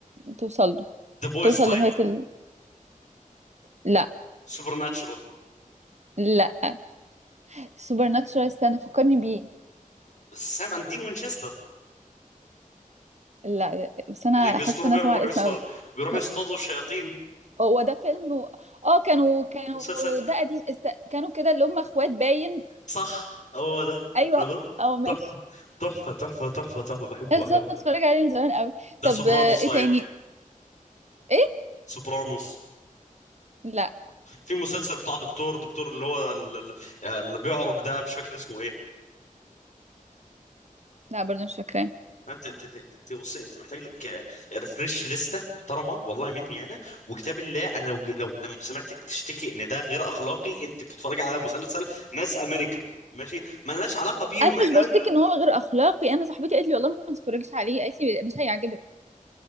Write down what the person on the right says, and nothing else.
توصل له
توصل
لنهايه ال... لا
لا سوبر ناتشورال استنى فكرني بيه
لا بس انا
حاسه ان
انا سامعه
الاسم
قوي
ه-
هو ده فيلم و... اه كانوا كانوا
ده قديم است... كانوا كده اللي هم اخوات باين
ايوه
اه ماشي
بس
أنا اتفرج عليه من زمان قوي
طب
آه، ايه
تاني ايه
لا
لا برضه مش فاكراه
انا
مش بشتكي ان هو غير اخلاقي انا صاحبتي قالت لي والله ما تتفرجيش عليه قالت لي مش هيعجبك